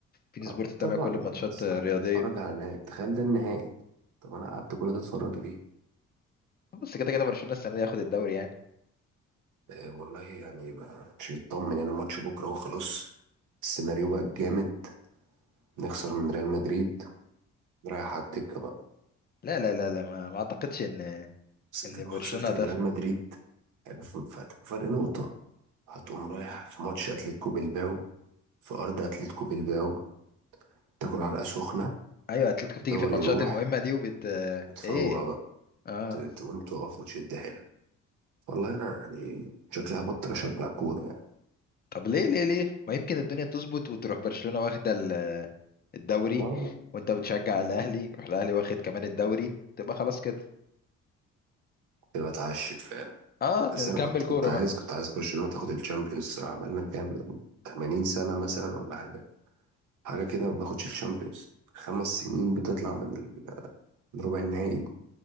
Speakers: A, on the left; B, on the right.
A: بين سبورت
B: اه
A: تتابع
B: طبعا
A: كل الماتشات
B: يعني بس
A: الرياضيه
B: هتتفرج على نهائي تخيل ده النهائي طب أنا قعدت كل ده أتفرج ليه
A: بس كده كده برشلونه السنه دي هياخد الدوري يعني
B: آه، والله يعني ما- مش مطمن يعني الماتش بكرة هو خلاص السيناريو بقى جامد نخسر من ريال مدريد رايح على الدكة بقى
A: لا لا لا لا ما, ما اعتقدش ان
B: بس انت
A: ان
B: لو
A: برشلونه
B: خسرت
A: هتخسر
B: من ريال مدريد يعني ف- فهتبقى فرق نقطة هتقوم رايح في ماتش أتلتيكو بلباو في أرض أتلتيكو بلباو تاكل علقة سخنة
A: ايوه اتلتيكو بتيجي
B: دوري
A: في الماتشات
B: يروح
A: المهمه دي وبت
B: وتفوق
A: ايه
B: بقى
A: اه
B: ت- تقوم تقف وتشد حيلك والله أنا يعني شكلي هبطل أشجع كورة يعني
A: طب ليه ليه ليه ما يمكن الدنيا تظبط وتروح برشلونه واخده ال- الدوري
B: اه
A: وانت بتشجع الاهلي يروح الاهلي واخد كمان الدوري تبقى خلاص كده
B: تبقى اتعشت فعلا
A: اه
B: بس
A: نكمل
B: انا كنت
A: كوره
B: كنت عايز
A: بقى
B: كنت عايز برشلونه تاخد الشامبيونز الصراحه بقالنا كام 80 سنه مثلا ولا حاجه حاجه كده ما بناخدش الشامبيونز خمس سنين بتطلع من ال- من ربع النهائي